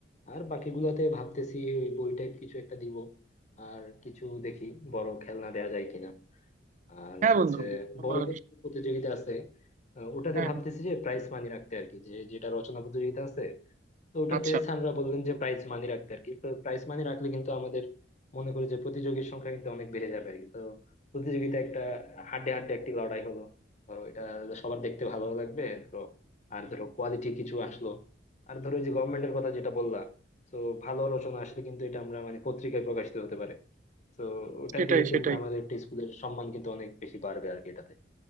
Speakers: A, on the left (about 40°); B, on the right (about 40°).
A: আর বাকিগুলাতে ভাবতেছি ওই বই টাইপ কিছু একটা দিব আর কিছু দেখি বড় খেলনা দেয়া যায় কিনা আর
B: হ্যাঁ
A: হচ্ছে
B: বন্ধু তোমার
A: বড়দের যে প্রতিযোগিতা আছে আহ, ওটাতে
B: হ্যাঁ
A: ভাবতেছি
B: হ্যাঁ
A: যে প্রাইজ মানি রাখতে আর কি যে যেটা রচনা প্রতিযোগিতা আছে তো ওটাতে
B: আচ্ছা
A: স্যাররা বললেন যে প্রাইজ মানি রাখতে আর কি তো প্রাইজ মানি রাখলে কিন্তু আমাদের মনে করি যে প্রতিযোগীর সংখ্যা কিন্তু অনেক বেড়ে যাবে আর কি তো প্রতিযোগিতা একটা হাড্ডে হাড্ডে একটি লড়াই হলো ধরো এটা সবার দেখতে ভালো লাগবে ধরো আর ধরো কোয়ালিটি কিছু আসলো আর ধরো এই যে গভর্নমেন্টের কথা যেটা বললা তো ভালো রচনা আসলে কিন্তু এটা আমরা মানে পত্রিকায় প্রকাশিত হতে পারে তো ওটা
B: সেটাই
A: দিয়ে
B: সেটাই
A: কিন্তু আমাদের একটা স্কুলের সম্মান কিন্তু অনেক বেশি বাড়বে আর কি এটাতে